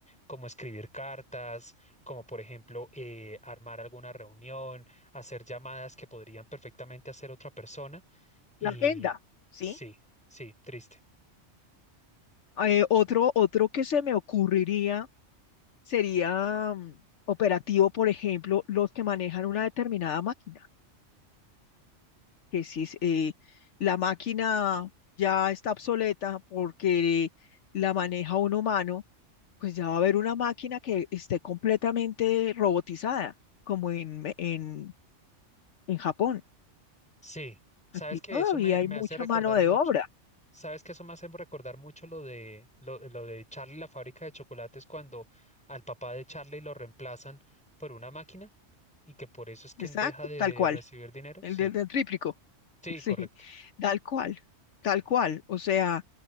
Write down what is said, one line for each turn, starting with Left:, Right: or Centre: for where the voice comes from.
Centre: como escribir cartas como por ejemplo eh, armar alguna reunión, hacer llamadas que podrían perfectamente hacer otra persona. Y
Left: La agenda, ¿sí?
Centre: sí, sí, triste.
Left: Eh, otro, otro que se me ocurriría sería mm, operativo, por ejemplo, los que manejan una determinada máquina. que si eh, la máquina ya está obsoleta porque la maneja un humano, pues ya va a haber una máquina que esté completamente robotizada, como en, Me- en, en Japón.
Centre: Sí, sabes
Left: Aquí
Centre: que
Left: todavía
Centre: eso me, me
Left: hay mucha
Centre: hace recordar
Left: mano de
Centre: mucho,
Left: obra.
Centre: sabes que eso me hace recordar mucho lo de, lo, lo de Charlie, y la fábrica de chocolates, cuando al papá de Charlie lo reemplazan por una máquina y que por eso es que
Left: Exacto,
Centre: deja de
Left: tal
Centre: de
Left: cual,
Centre: recibir dinero.
Left: el
Centre: Sí,
Left: del, del tríplico.
Centre: sí,
Left: <laughs> Sí,
Centre: correcto.
Left: tal cual, tal cual. O sea,